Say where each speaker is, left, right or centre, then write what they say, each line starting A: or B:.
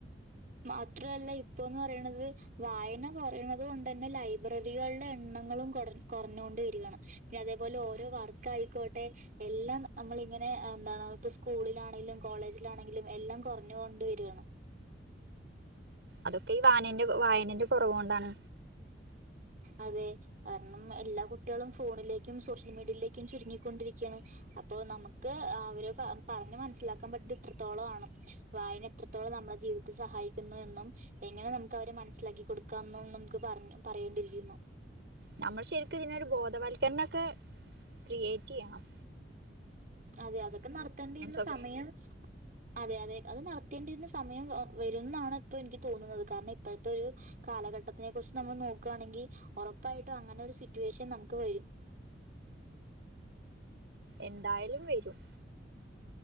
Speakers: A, on the right; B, on the right.
A: മാത്രല്ല ഇപ്പോന്ന് പറേണത് വായന കൊറേണത്കൊണ്ടെന്നെ ലൈബ്രറികളുടെ എ ണ്ണങ്ങളും കൊർ കൊർഞ്ഞൊണ്ട് വെരാണ് പിന്നെ അതേപോലെ ഓരോ വർക്കായിക്കോട്ടെ എല്ലാം നമ്മളി ങ്ങനെ എന്താണ് ഇപ്പ സ്കൂളിലാണേലും കോളേജിലാണെങ്കിലും എല്ലാം കൊറഞ്ഞുകൊണ്ട് വരാണ്.
B: അതൊക്കെ ഈ വായനേന്റെ വായനന്റെ കൊറവോണ്ടാണ്.
A: അതെ കാരണം എല്ലാ കുട്ട്യാളും ഫോണിലേക്കും സോഷ്യൽ മീഡിയയിലേക്കും ചുരുങ്ങിക്കൊണ്ടിരിക്കാണ് അപ് അപ്പൊ നമുക്ക് അവരെ പറഞ്ഞ് മനസ്സിലാക്കാൻ പറ്റ്ത് ഇത്രത്തോളാണ് വായന എത്രത്തോളം നമ്മുടെ ജീ വിതത്തെ സഹായിക്കുന്നു എന്നും എങ്ങനെ നമുക്ക് അവരെ മനസ്സിലാക്കി കൊടുക്കാം എന്ന നമുക്ക് പറഞ്ഞു പറയേണ്ടിര്ക്കുന്നു
B: ഞമ്മള് ശെരിക്കുതിനൊരു ബോധവൽക്കരണൊക്കെ ക്രിയേറ്റീയണം.
A: അതെ അതൊക്കെ നടത്തേണ്ടിയിര്ന്ന
B: ഒക്കെ
A: സമയം അതെ അതെ അത് നടത്തേണ്ടിര്ന്ന സമയം വരുന്നാണ് ഇപ്പോ എനിക്ക് തോന്നുന്നത് കാരണം ഇപ്പോഴത്തൊരു കാലഘട്ടത്തിനെ കുറിച്ച്- നമ്മള് നോക്കുയാണെങ്കിൽ ഒറപ്പായിട്ടും അങ്ങനെ ഒരു സിറ്റുവേഷൻ നമുക്ക് വെരും.
B: എന്തായലും വെരും